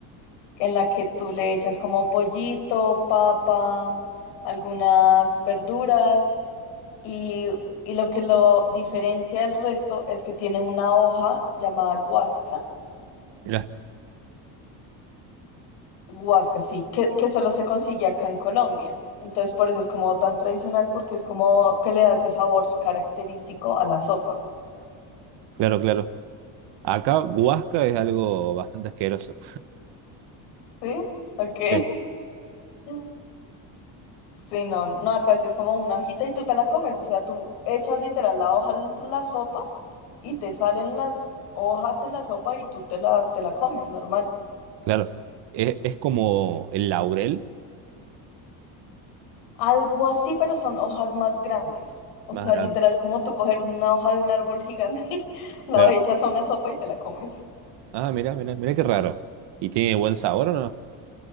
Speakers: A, on the left (about 85°); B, on the right (about 60°).
A: en la que tú le echas como pollito, papa, algunas verduras. Y, y lo que lo diferencia del resto es que tiene una hoja llamada guasca,
B: Mirá,
A: guasca, sí, que, que solo se consigue acá en Colombia. Entonces por eso es como tan tradicional, porque es como que le da ese sabor característico a la sopa.
B: claro, claro. Acá, guasca es algo bastante asqueroso.
A: ¿Sí? Ok.
B: Sí,
A: <laughs> Sí, no, no, acá sí es como una hojita y tú te la comes, o sea, tú echas literal la hoja en la sopa y te salen las hojas en la sopa y tú te la, te la comes, normal.
B: claro. Es, es como el laurel
A: Algo así, pero son hojas más grandes. O
B: más
A: sea,
B: grande.
A: literal, como tú coger una hoja de un árbol gigante, <laughs> la
B: Claro.
A: echas a una sopa y te la comes.
B: Ah, mira, mira, mira qué raro. ¿Y tiene buen sabor o no?